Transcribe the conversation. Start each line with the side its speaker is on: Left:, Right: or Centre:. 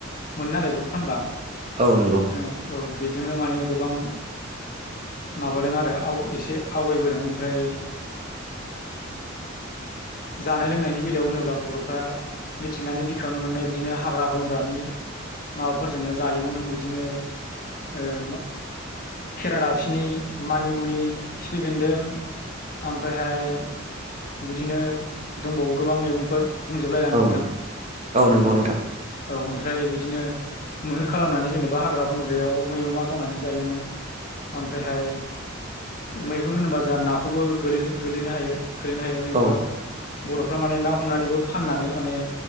Left: मोनो नालाय बेखौ फानबा
Right: औ नंगौ
Left: ओ औ बेजोंनो माने गोबां माबादों आरो आव एसे आवगायबोदों ओमफ्राय जानाय लोंनायनि बेलायाव होनोब्ला बर'फ्रा मिथिंगानि बिखायावनो मोननाय बिदिनो हाग्रा बंग्रानि माबाफोरजोंनो जायोमोन बिदिनो ओ मा खेरादाबसिनि, मानिमुनि, खिफि बेन्दों आमफ्रायहाय बिदिनो दंबावो गोबां मैगंफोर। बुंजोब लायला आं
Right: औ
Left: नोंथां
Right: नंगौ
Left: औ
Right: नोंथां
Left: औ। फ्राय बिदिनो मैहुर खालामनानै जेनेबा हाग्रा बंग्रायाव मै अमा गावनानै जायोमोन। ओमफ्रायहाय मैहुर होनोबा जोहा नाखौबोै गोलै गोलैनो हायो। खोलैनो हायो मैहुराव
Right: औ
Left: बर'फ्रा माने ना हमनानैबो फाननानै माने